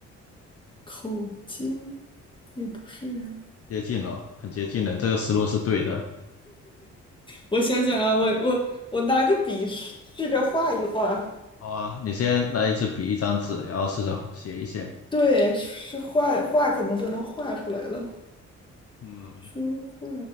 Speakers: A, on the left; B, on the left.
A: 口京也不是啊，
B: 接近了，很接近了，这个思路是对的。
A: 我想想啊，我我我拿个笔试试着画一画，
B: 好啊，你先拿一支笔，一张纸，然后试着写一写。
A: 对，是画画可能就能画出来了。
B: 嗯，
A: 说话